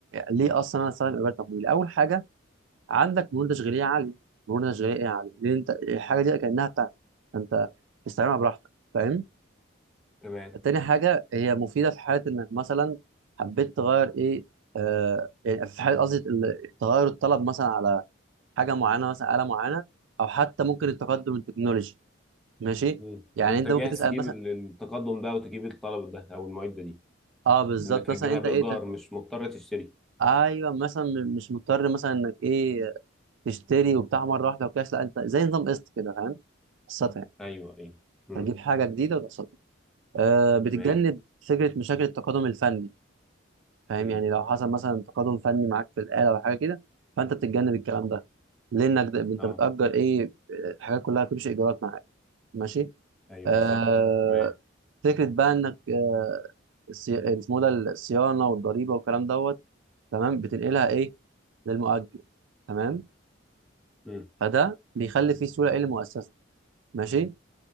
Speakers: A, on the right (about 70°); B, in the centre.
A: ليه اصلا انا استخدم ايجار تمويلي اول حاجه عندك مرونه تشغيليه عاليه مرونه تشغيليه عاليه لان انت الحاجه دي كانها بتاعتك فانت استخدمها براحتك فاهم
B: تمام
A: تاني حاجة هي مفيدة في حالة إنك مثلا حبيت تغير إيه آه يعني في حالة قصدي ال- تغير الطلب مثلا على حاجة معينة مثلا آلة معينة أو حتى ممكن التقدم التكنولوجي ماشي
B: مم.
A: يعني
B: فانت
A: أنت
B: جاهز
A: ممكن تسأل
B: تجيب
A: مثلا
B: ال- التقدم ده وتجيب الطلب ده او المعده دي
A: أه بالظبط
B: لانك هتجيبها
A: مثلا أنت
B: بايجار
A: إيه ده
B: مش مضطر تشتري
A: أيوه مثلا م- مش مضطر مثلا إنك إيه تشتري وبتاع مرة واحدة وكاش لا أنت زي نظام قسط كده فاهم قسطها يعني
B: ايوه ايوه مم.
A: هتجيب حاجة جديدة وتقسطها آه بتتجنب
B: تمام
A: فكرة مشاكل التقادم الفني فاهم
B: مم.
A: يعني لو حصل مثلا تقادم فني معاك في الآلة أو حاجة كده فأنت بتتجنب الكلام ده لأنك ده أنت
B: اه
A: بتأجر إيه الحاجات كلها بتمشي إيجارات معاك ماشي
B: ايوه
A: آه
B: بالظبط تمام
A: فكرة بقى إنك آه، الصي- اسمه ده الصيانة والضريبة والكلام دوت تمام بتنقلها إيه للمؤجر تمام
B: مم.
A: فده بيخلي فيه سهولة إيه للمؤسسة ماشي